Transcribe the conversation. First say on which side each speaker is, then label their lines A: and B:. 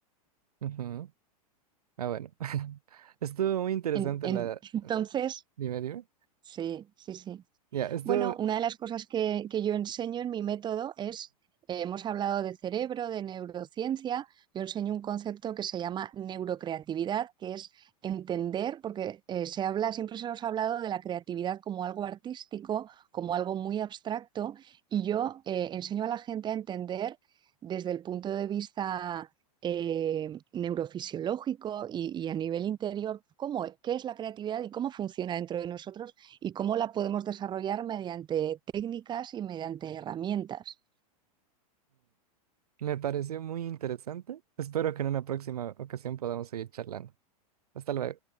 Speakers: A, on the right; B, on the right.
A: ujú. Ah, bueno. <laughs> Estuvo muy interesante
B: En- en-
A: la...
B: <laughs> entonces,
A: eh, Dime, dime.
B: sí, sí, sí.
A: Ya, esto
B: Bueno, una de las cosas que, que yo enseño en mi método es, eh, hemos hablado de cerebro, de neurociencia, yo enseño un concepto que se llama neurocreatividad, que es entender, porque eh, se habla, siempre se nos ha hablado de la creatividad como algo artístico, como algo muy abstracto, y yo eh, enseño a la gente a entender desde el punto de vista... eh, neurofisiológico y, y a nivel interior, cómo, qué es la creatividad y cómo funciona dentro de nosotros y cómo la podemos desarrollar mediante técnicas y mediante herramientas.
A: me pareció muy interesante. Espero que en una próxima ocasión podamos seguir charlando. Hasta luego.